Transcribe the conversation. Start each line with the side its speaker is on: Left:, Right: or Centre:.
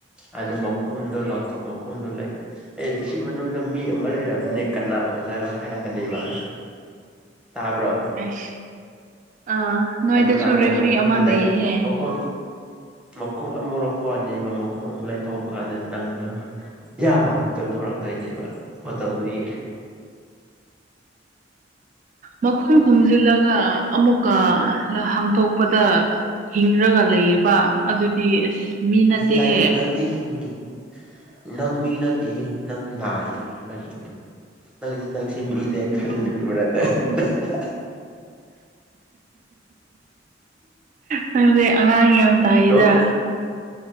Centre: ꯑꯗꯣ ꯃꯈꯨꯝꯗꯨ ꯃꯈꯨꯝꯗꯨꯂꯥꯏ ꯑꯦ ꯁꯤ ꯃꯅꯨꯡꯗ ꯃꯤ ꯑꯃ ꯂꯩꯔꯝꯅꯦ ꯀꯅꯥ ꯑꯣꯏꯖꯥꯠꯅꯣ ꯍꯥꯏꯔꯛꯀꯅꯦꯕ ꯇꯥꯕ꯭ꯔꯣ
Right: ꯑꯁ ꯑꯥ ꯅꯣꯏꯗꯁꯨ
Centre: ꯑꯗꯨꯀꯥꯟꯗ
Right: ꯔꯦꯐ꯭ꯔꯤ
Centre: ꯃꯈꯨꯝꯗꯨꯣ
Right: ꯑꯃ
Centre: ꯂꯩ
Right: ꯂꯩꯌꯦꯍꯦ
Centre: ꯃꯈꯨꯝ ꯃꯈꯨꯝ ꯑꯃꯨꯛ ꯂꯧꯊꯣꯛꯑꯅꯤꯕ ꯃꯈꯨꯝ ꯑꯃꯨꯛ ꯂꯩꯊꯣꯛꯄ ꯀꯥꯟꯗ ꯅꯪꯗꯣ ꯌꯥ ꯆꯣꯡꯊꯣꯔꯛꯇꯣꯏꯅꯦꯕ ꯕꯣꯇꯜꯠꯗꯒꯤ
Right: ꯃꯈꯨꯝ ꯈꯨꯝꯖꯤꯜꯂꯒ ꯑꯃꯨꯛꯀꯥ ꯍꯥꯡꯇꯣꯛꯄꯗ ꯍꯤꯡꯔꯒ ꯂꯩꯌꯦꯕ ꯑꯗꯨꯗꯤ ꯑꯁ ꯃꯤ ꯅꯠꯇꯦꯍꯦ
Centre: ꯂꯥꯏ ꯅꯪꯗꯤ ꯍꯤꯡ ꯅꯪ ꯃꯤ ꯅꯠꯇꯦꯍꯦ ꯅꯪ ꯂꯥꯏꯅꯤꯍꯦ ꯀꯔꯤꯅꯪ ꯅꯪꯗꯤ ꯅꯪ <unintelligible>
Right: ꯌꯣ ꯅꯪꯁꯦ ꯑꯉꯥꯡ ꯌꯥꯝ ꯇꯥꯏꯗ
Centre: ꯅꯣꯛ